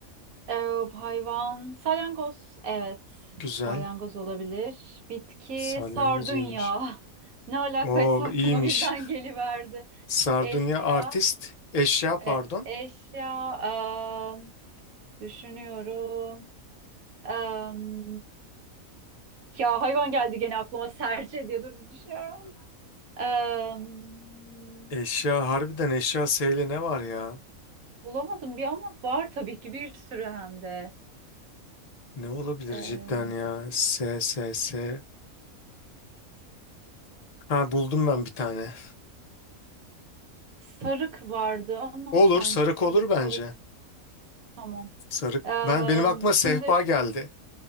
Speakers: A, on the right; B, on the left.
A: Ee, hayvan salyangoz. Evet.
B: Güzel.
A: Salyangoz olabilir. Bitki
B: Salyangoz
A: sardunya.
B: iyiymiş.
A: <laughs> Ne alakaysa
B: Oo
A: aklıma
B: iyiymiş.
A: birden geliverdi.
B: Sardunya
A: Eşya.
B: artist. Eşya pardon.
A: e, eşya. am, düşünüyorum. Am, ya hayvan geldi gene aklıma serçe diye dur bir düşünüyorum. Am,
B: Eşya harbiden eşya S ile ne var ya?
A: bulamadım bir ama var tabii ki bir sürü hem de.
B: Ne olabilir
A: Ee,
B: cidden ya? S S S. Ha buldum ben bir tane.
A: sarık vardı ama
B: Olur
A: sanki
B: sarık
A: sar-
B: olur bence.
A: sarık. Tamam.
B: Sarık.
A: Em,
B: Ben benim aklıma
A: şimdi
B: sehpa geldi.